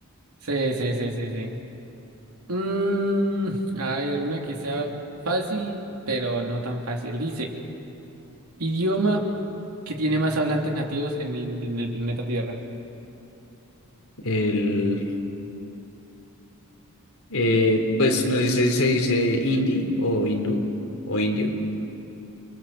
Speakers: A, on the right; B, on the left.
A: sí, sí, sí, sí. sí. Mm, a ver, una que sea fácil, pero no tan fácil. Dice. Idioma que tiene más hablantes nativos en el, en el planeta Tierra.
B: El, eh, pues no sé si se dice hindi o hindú o indio